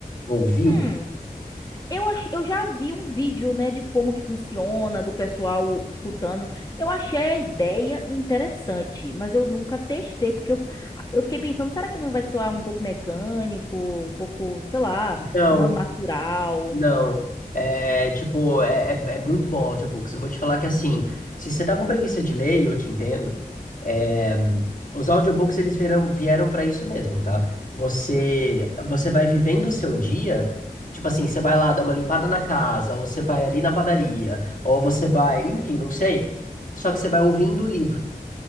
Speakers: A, on the left; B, on the left.
A: ouviu?
B: Hum, eu, ach... eu já vi um vídeo, né, de como que funciona, do pessoal escutando. Eu achei a ideia interessante, mas eu nunca testei, porque eu, f- eu fiquei pensando, será que não vai soar um pouco mecânico, um pouco, sei lá,
A: Não,
B: não natural?
A: não. É, tipo, é, é, é muito bom o audiobooks. Eu vou te falar que, assim, se você tá com preguiça de ler, e eu te entendo, é, os audiobooks, eles vieram, vieram para isso mesmo, tá? Você, você vai vivendo o seu dia, tipo assim, você vai lá dar uma limpada na casa, ou você vai ali na padaria, ou você vai, enfim, não sei. Só que você vai ouvindo o livro.